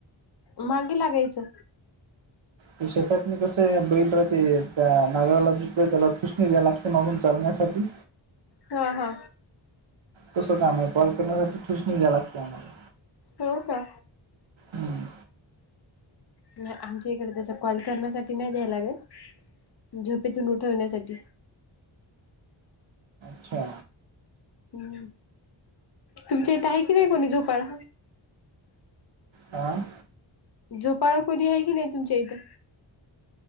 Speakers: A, on the left (about 55°); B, on the right (about 70°).
A: मागे लाग्यायचं.
B: ते शेतात म कस बैल राहते त्या नागराला ज त्याला खुषणी द्या लागते मागून चालण्यासाठी
A: हा हा
B: तसं काम आहे कॉल करण्यासाठी खूच नाही्या लागते आम्हाला
A: हो का
B: हम्म
A: नाही आमच्या इकडे तस कॉल करण्यासाठी नाही द्याय लागल झोपेतून उठवण्यासाठी
B: अच्छा
A: हम् तुमच्या इथ आहे कि नाही कोणी झोपाड
B: हं
A: झोपाळा कोोली आहे की नाही तुमच्या इथं